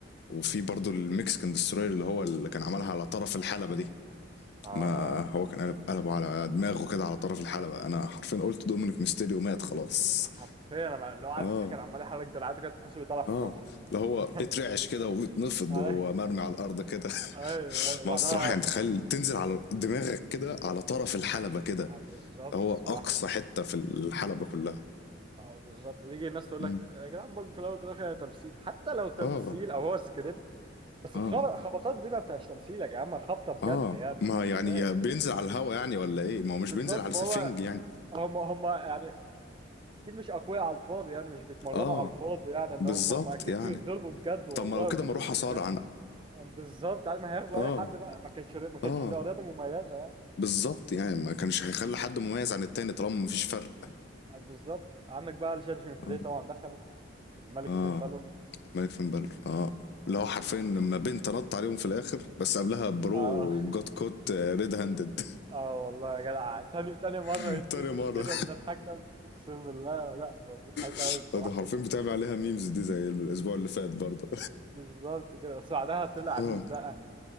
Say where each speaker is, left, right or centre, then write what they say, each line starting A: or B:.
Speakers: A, on the left; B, on the right.
A: وفي برضو
B: مم.
A: المكسيكان دستروير اللي هو اللي كان عملها على طرف الحلبة دي
B: اه
A: ما هو كان قلب قلبه على دماغه كده على طرف الحلبة انا حرفيا قلت دومينيك ميستيريو مات خلاص
B: حرفيا انا لو عارف
A: اه
B: كان عمال يحرك دراعاته كده تحسه بيطلع في
A: اه
B: الروح
A: اللي هو
B: <laughs>
A: بيترعش كده وبيتنفض
B: ايوه
A: وهو مرمي على الارض كده
B: ايوه
A: <laughs>
B: ايوه وبعدها
A: ما الصراحة يعني تخيل تنزل على دماغك كده على طرف الحلبة كده
B: آه، بالظبط
A: هو
B: صراحة
A: اقصى حته في الحلبه كلها
B: اه بالظبط بيجي الناس تقول
A: مم.
B: لك يا جدعان برضه في الاول وفي الاخر هي تمثيل حتى لو تمثيل
A: اه
B: او هو سكريبت بس
A: اه
B: الخبطات دي ما بتبقاش تمثيل يا جماعه خبطه بجد
A: اه
B: يعني أنا
A: ما
B: مش
A: يعني
B: فاهم
A: بينزل على الهوا يعني ولا ايه ما هو مش
B: بالظبط
A: بينزل على
B: ما
A: سفنج
B: هو
A: يعني
B: هم هم يعني اكيد مش اقوياء على الفاضي يعني مش بيتمرنوا
A: اه
B: على الفاضي يعني ان
A: بالظبط
B: هم هم اكيد
A: يعني
B: بيتضربوا بجد والله
A: طب ما لو كده
B: بيتخبطوا
A: ما اروح اصارع
B: بجد
A: انا
B: يعني بالظبط يعني ما هياخدوا
A: اه
B: اي حد بقى ما كانتش ما كانتش
A: اه
B: هتبقى رياضه مميزه يعني
A: بالظبط يعني ما كانش هيخلي حد مميز عن التاني طالما مفيش فرق
B: يعني بالظبط عندك بقى الجادجمنت داي
A: اه
B: طبعا دخلوا الملك
A: اه
B: فين بالور
A: ملك فين بالور اه
B: اه
A: اللي هو حرفيا
B: بالظبط
A: لما بنت نط عليهم في الاخر بس قبلها برو
B: اه
A: جوت
B: <laughs>
A: كوت ريد هاندد
B: اه والله يا جدع تاني تاني مرة
A: <laughs>
B: يتقفش
A: تاني مره
B: كده من الحكم اقسم بالله لا مضحك
A: <laughs>
B: قوي الصراحة
A: ده حرفيا بتعمل عليها ميمز دي زي الاسبوع اللي فات برضه
B: بالظبط كده بس بعدها طلع
A: اه
B: مين بقى